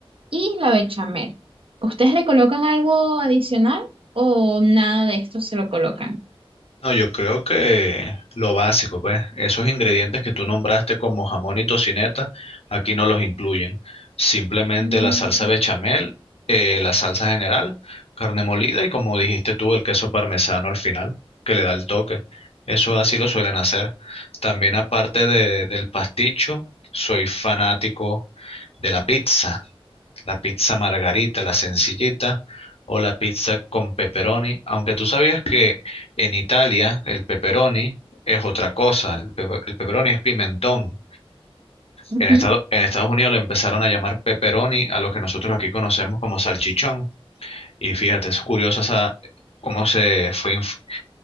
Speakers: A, on the right (about 65°); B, on the left (about 80°).
A: y la bechamel. ¿Ustedes le colocan algo adicional o nada de esto se lo colocan?
B: No, yo creo que lo básico, pues, esos ingredientes que tú nombraste como jamón y tocineta, aquí no los incluyen. Simplemente
A: Mm.
B: la salsa bechamel, eh, la salsa general, carne molida y como dijiste tú, el queso parmesano al final, que le da el toque. Eso así lo suelen hacer. También aparte de- del pasticho, soy fanático de la pizza la pizza margarita, la sencillita, o la pizza con pepperoni, aunque tú sabías que en Italia el pepperoni es otra cosa, el, pe- el pepperoni es pimentón.
A: Ujú.
B: En Estado- en Estados Unidos le empezaron a llamar pepperoni a lo que nosotros aquí conocemos como salchichón. Y fíjate, es curioso esa, cómo se fue... inf-